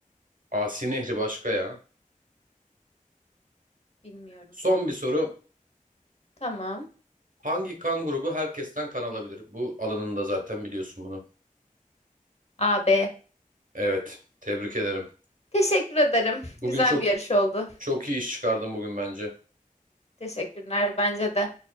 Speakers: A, on the right; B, on the left.
A: Asi Nehri başka ya.
B: Bilmiyorum.
A: Son bir soru.
B: Tamam.
A: Hangi kan grubu herkesten kan alabilir? Bu alanında zaten biliyorsun bunu.
B: A B.
A: Evet. Tebrik ederim.
B: Teşekkür ederim.
A: Bugün
B: Güzel
A: çok
B: bir yarış oldu.
A: çok iyi iş çıkardın bugün bence.
B: Teşekkürler bence de.